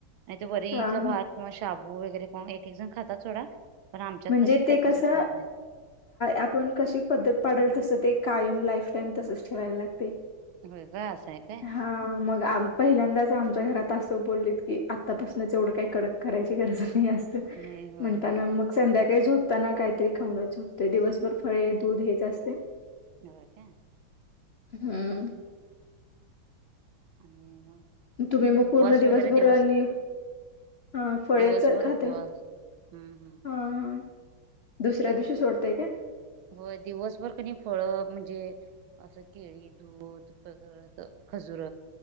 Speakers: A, on the right (about 75°); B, on the left (about 65°).
A: नाही तर वरीचा
B: हा हा
A: भात किंवा शाबू वगैरे कोण एक एक जण खातात सोडा. पण आमच्यात
B: म्हणजे
A: तसं
B: ते
A: काय
B: कस
A: तसं खात नाहीत
B: आपण कशी पद्धत पाडल तसं ते कायम लाईफ टाईम तसच ठेवायला लागत
A: होय काय असं आहे काय
B: हा मग? पहिल्यांदाच आमच्या घरात असं बोललीत की आत्तापासूनच एवढं काही कडक करायची गरज नाही अस
A: नाही होय
B: म्हणताना
A: होय
B: मग द्याकाळी झोपताना काहीतरी खाऊनच झोपतोय. दिवसभर फळे दूध हेच असतय.
A: हो का?
B: हम्म
A: आणि मग
B: तुम्ही मग
A: उपवास
B: पूर्ण दिवसभर
A: वगैरे दिवस
B: आणि हा फळेच
A: दिवसभर
B: खाते
A: उपवास
B: हा
A: हम्म हम्म
B: हा दुसऱ्या दिवशी सोडतेय काय
A: होय दिवसभर कनी फळ म्हणजे असं केळी दूध पगळत खजुर